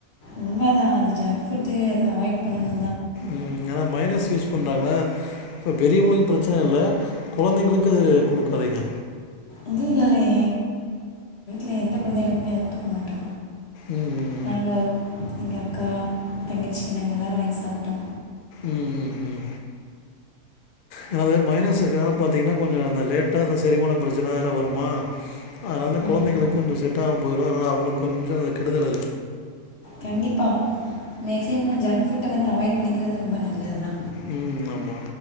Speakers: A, on the left; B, on the left.
A: உண்மதா அது ஜங்க் ஃபுட்டு அத அவாய்ட் பண்ணணு
B: ம் ஏன்னா மயோனஸ் யூஸ் பண்றாங்கல்ல சோ பெரியவங்களுக்கு பிரச்சன இல்ல கொழந்தைங்களுக்கு அது குடுக்காதீங்க.
A: இல்ல இல்லயே எந்த கொழந்தைகளுக்குமே அத குடுக்க மாட்டோ
B: ம் ம்
A: நாங்க இங்க அக்கா தங்கச்சி நாங்க எல்லோரு வாங்கி சாப்ட்டோ.
B: ம் ம் ம் அதாவ்து மயோனஸ் இருக்கனால பாத்தீங்கன்னா கொஞ்சோ அந்த லேட்டா அந்த செரிமான பிரச்சன அதல்லா வருமா. அதனால
A: ம்,
B: கொழந்தைகளுக்கு கொஞ்ச செட் ஆகாம போயிரு. அதனால அவுங்களுக்கு கொஞ்ச அது கெடுதலு
A: கண்டிப்பா மேக்சிமோ ஜங்க் ஃபுட்ட வந்து அவாய்ட் பண்ணிக்கிறது ரொம்ப நல்லதுதா.
B: ம் ஆமா